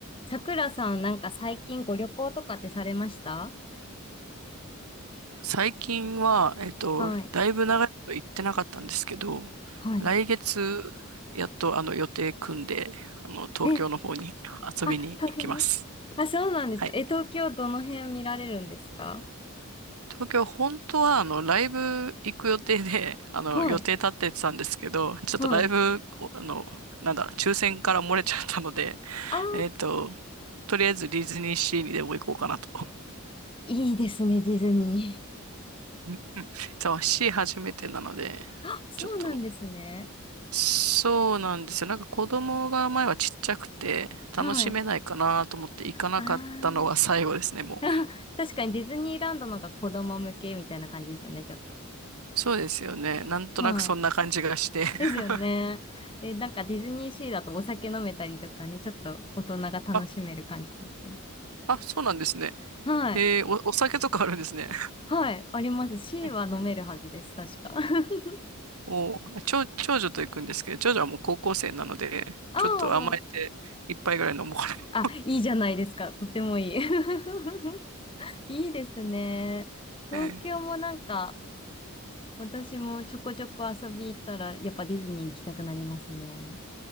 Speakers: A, on the left; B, on the right.
A: さくらさん、なんか最近ご旅行とかってされました
B: 最近は、えっと、
A: はい。
B: だいぶ長いこと行ってなかったんですけど、
A: はい。
B: 来月、やっとあの予定組んで、あの、東京の方に
A: え、
B: <laughs> 遊びに行きます。
A: あ、東京にあ、そうなんですか。
B: はい。
A: え、東京どの辺見られるんですか
B: 東京、本当はあの、ライブ行く予定で、あの、
A: はい。
B: 予定立っててたんですけど、ちょっとライブ、
A: はい。
B: おあの、なんだ、抽選から漏れちゃったので、
A: あー、
B: えっと、とりあえずディズニーシーにでも行こうかなと。
A: いいですね、ディズニ
B: <laughs> そう、シー初めてなので、
A: ー。あ、そうなんですね。
B: ちょっと、そうなんですよ。なんか子供が前はちっちゃくて楽しめないかなと思って行かなかったのが最後ですね、
A: はい。あー、<laughs>
B: もう。
A: あ確かにディズニーランドの方が子供向けみたいな感じですよね、ちょっと。
B: そうですよね。なんとなくそんな感じがして。
A: はい。
B: <laughs>
A: ですよね。え、なんかディズニーシーだとお酒飲めたりとかね、ちょっと大人が楽しめる感じですね。
B: あ、あ、そうなんですね。
A: はい。
B: へえ、お、お酒とかあるんですね。
A: はい、あります。C
B: え
A: は飲めるはずです、確か。<laughs>
B: お、あ長、長女と行くんですけど、長女はもう高校生なので、
A: ああ。
B: ちょっと甘えて一杯ぐらい飲もうかな。
A: あ、いいじゃないですか。とてもいい。<laughs> いいですね。東京もなんか、
B: ええ
A: 私もちょこちょこ遊び行ったら、やっぱディズニー行きたくなりますね。